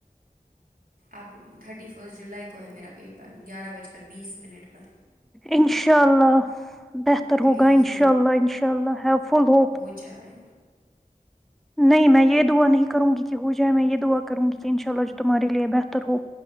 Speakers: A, on the right; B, in the centre.
A: اب تھرٹی فسٹ جولائی کو ہے میرا پیپر گیارہ بج کر بیس منٹ پر
B: ان شاء اللہ بہتر
A: پلیز
B: ہوگا ان شاء اللہ ان شاء اللہ ہیو فل ہوپ
A: ہوجائے
B: نہیں میں یہ دعا نہیں کروں گی کہ ہو جائے میں یہ دعا کروں گی کہ ان شاء اللہ جو تمہارے لیے بہتر ہو